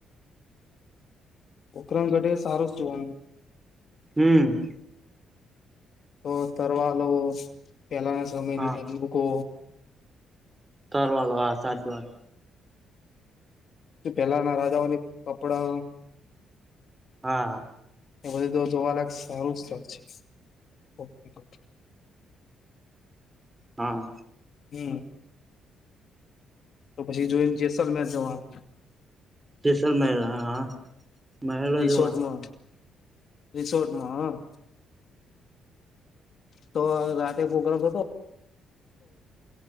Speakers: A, on the left (about 55°); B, on the right (about 20°).
A: પોખરણ ઘઢે સારો જ જોવાનું.
B: હમ
A: તો તરવાલો પહેલાના સમયની
B: હા
A: બંદકો
B: તરવાલ વાા સાચ વાત
A: પેલાના રાજાઓને કપડા
B: હા
A: એ બધું તો જોવા લાયક સારું સ્થળ છે ઓકે ઓકે.
B: હા
A: હમ તો પછી જોઈને જેસલમેર જવાનુ.
B: જેસલમેર હા મહેલો
A: રિસોર્ટમાં
B: જોવા.
A: રિસોર્ટમાં તો રાતે પ્રગ્રામ હતો.